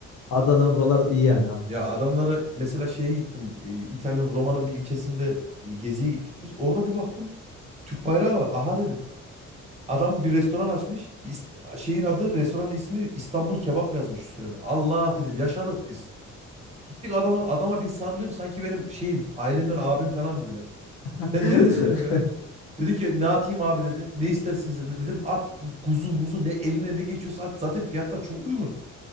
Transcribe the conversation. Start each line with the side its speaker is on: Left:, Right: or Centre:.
Left: Adana buralar iyi yani abi.
Right: Ya adamlara mesela şeye gittim. e, İtalya'nın Roma'nın bir ilçesinde e, geziye gittik biz. Orada bir baktım. Türk bayrağı var. Aha dedim. Adam bir restoran açmış. İs- Şeyin adı restoranın ismi İstanbul Kebap yazmış üstüne de. Allah dedim yaşadık biz. Gittik adama adama bir sarılıyorum sanki benim şeyim ailemden abim falan böyle.
Left: <laughs>
Right: Sen neredesin diyorum ya.
Left: <laughs>
Right: Dedi ki ne atayım abi dedi. Ne istersiniz dedi. Dedim at kuzu muzu ne eline ne geçiyorsa at. Zaten fiyatlar çok uygun.